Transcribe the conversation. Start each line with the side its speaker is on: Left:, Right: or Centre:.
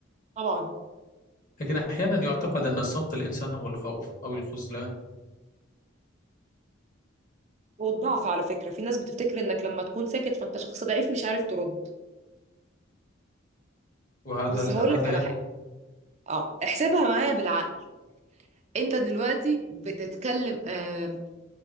Right: طبعا
Left: لكن أحيانا يعتقد أن الصمت الإنسان هو الخوف أو الخذلان
Right: والضعف على فكره في ناس بتفتكر انك لما تكون ساكت فانت شخص ضعيف مش عارف ترد
Left: وهذا
Right: بس هقول
Left: هذا
Right: لك على حاجه
Left: يحصل
Right: اه احسبها معايا بالعقل انت دلوقتي بتتكلم آم،